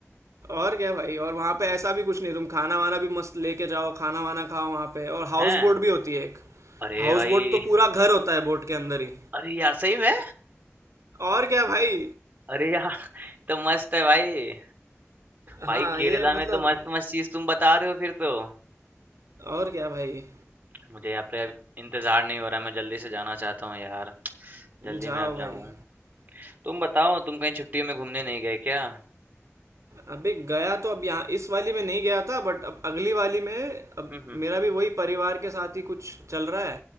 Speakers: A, on the right (about 80°); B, on the right (about 35°).
A: और क्या भाई और वहाँ पे ऐसा भी कुछ नहीं तुम खाना वाना भी मस्त लेके जाओ खाना वाना खाओ वहाँ पे और हाउस
B: हैं?
A: बोट भी होती है एक
B: अरे
A: हाउस
B: भाई!
A: बोट तो पूरा घर होता है बोट के अंदर ही
B: अरे यार सही में?
A: और क्या भाई
B: अरे यार! ये तो मस्त है भाई। भाई
A: हाँ
B: केरला
A: ये मतलब
B: में तो मस्त-मस्त चीज़ तुम बता रहे हो फिर तो।
A: और क्या भाई
B: मुझे यहाँ पे इंतज़ार नहीं हो रहा मैं जल्दी से जाना चाहता हूँ यार। जल्दी
A: जाओ
B: मैं अब
A: भाई
B: जाऊँ। तुम बताओ तुम कहीं छुट्टियों में घूमने नहीं गए क्या?
A: अबे गया तो अब यहाँ इस वाली में नहीं गया था बट अब अगली वाली में अब
B: हुँ, हुँ।
A: मेरा भी वही परिवार के साथ ही कुछ चल रहा है